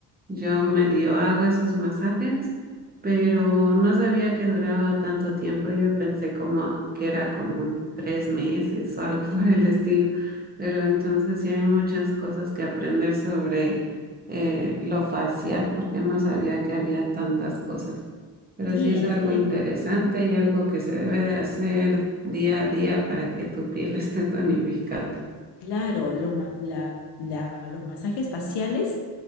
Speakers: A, on the right; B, on the left.
A: yo medio hago esos masajes, pero no sabía que duraba tanto tiempo. Yo pensé como que era como un tres meses o algo <laughs> por el estilo. Pero entonces sí hay muchas cosas que aprender sobre eh, lo facial, porque no sabía que había tantas cosas. Pero
B: Sí,
A: sí es
B: así
A: algo interesante
B: es.
A: y algo que se debe de hacer día a día para que tu piel <laughs> esté tonificada.
B: Claro, los, ma- la- la- los masajes faciales